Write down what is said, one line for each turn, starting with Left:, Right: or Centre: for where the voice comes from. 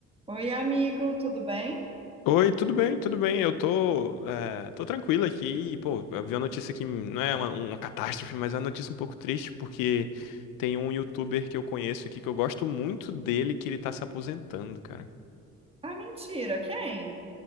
Right: Oi, amigo, tudo bem?
Left: Oi, tudo bem, tudo bem. Eu tô, é, tô tranquilo aqui. E, Pô, eu vi uma notícia que não é uma, uma catástrofe, mas é uma notícia um pouco triste, porque tem um youtuber que eu conheço aqui que eu gosto muito dele, que ele tá se aposentando, cara.
Right: Ah, mentira, quem?